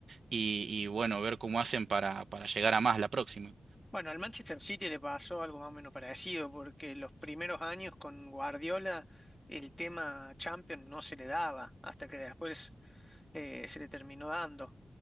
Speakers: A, on the right; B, in the centre.
A: y, y bueno, ver cómo hacen para, para llegar a más la próxima.
B: Bueno, al Manchester City le pasó algo más o menos parecido, porque los primeros años con Guardiola el tema Champions no se le daba, hasta que después eh, se le terminó dando.